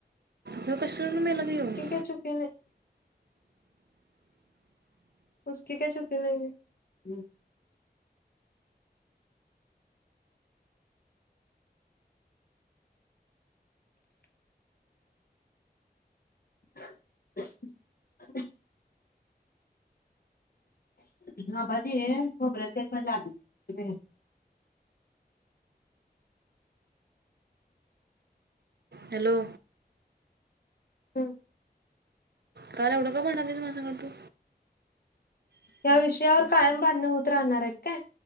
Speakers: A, on the right; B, on the left.
A: तो कशावरून मेला ग येऊ <inaudible>
B: चुकीने उसकी क्या चुकी नही हैं. हम <inaudible> हा भाजी हैं, खूबरेलते पण लागेल.
A: हॅलो
B: हम्म.
A: काल एवढं का भांडालतीस माझ्या संग तू?
B: ह्या विषयावर कायम बांडणं होत राहणार आहेत काय?